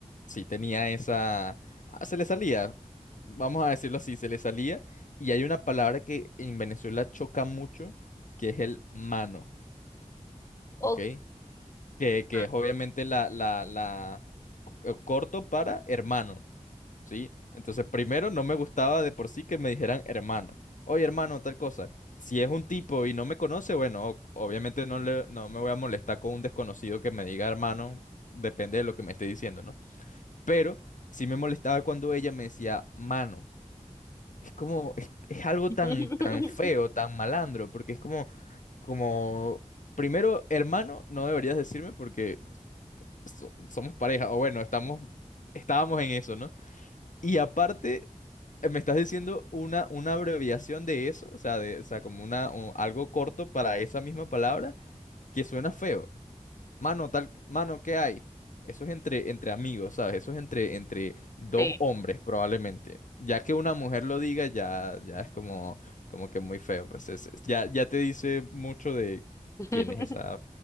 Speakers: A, on the left (about 75°); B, on the left (about 20°).
A: sí tenía esa... ah, Se le salía, vamos a decirlo así, se le salía. Y hay una palabra que en Venezuela choca mucho, que es el mano, ¿ok?
B: Ok.
A: Que,
B: Ajá.
A: que es obviamente la, la, la co- eh, corto para hermano. ¿sí? Entonces, primero, no me gustaba de por sí que me dijeran hermano. Oye, hermano, tal cosa. Si es un tipo y no me conoce, bueno, o- obviamente no le, no me voy a molestar con un desconocido que me diga hermano, depende de lo que me esté diciendo, ¿no? Pero sí me molestaba cuando ella me decía mano. Es como, es, es algo
B: <laughs>
A: tan, tan feo, tan malandro, porque es como, como, primero, hermano, no deberías decirme porque so- somos pareja, o bueno, estamos, estábamos en eso, ¿no? Y aparte, eh, me estás diciendo una, una abreviación de eso, o sea, de, o sea, como una, un- algo corto para esa misma palabra, que suena feo. Mano, tal, mano, ¿qué hay? Eso es entre, entre amigos, ¿sabes? Eso es entre, entre dos
B: Sí.
A: hombres, probablemente. Ya que una mujer lo diga, ya, ya es como, como que muy feo. Pues es- es- ya, ya te dice mucho de
B: <laughs>
A: quién es esa